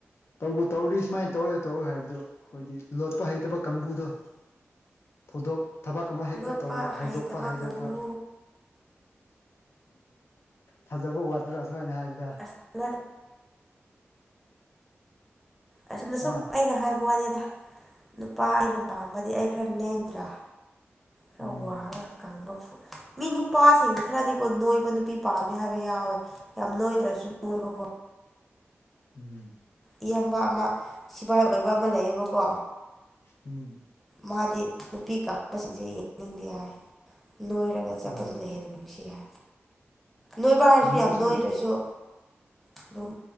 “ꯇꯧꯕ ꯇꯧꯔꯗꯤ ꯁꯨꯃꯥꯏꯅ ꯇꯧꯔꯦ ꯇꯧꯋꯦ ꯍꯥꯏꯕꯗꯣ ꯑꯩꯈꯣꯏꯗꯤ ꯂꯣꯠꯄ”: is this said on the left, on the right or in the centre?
Left